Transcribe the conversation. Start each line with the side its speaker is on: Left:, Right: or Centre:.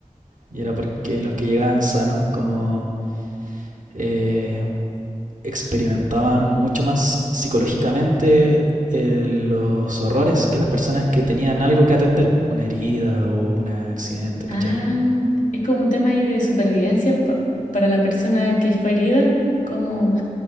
Right: Y era porque los que llegaban sanos, como eh, experimentaban mucho más psicológicamente eh, los horrores que las personas que tenían algo que atender, una herida o un accidente,
Left: Ah,
Right: ¿cachai?
Left: es como un tema ahí de supervivencia pa- para la persona que fue herida, como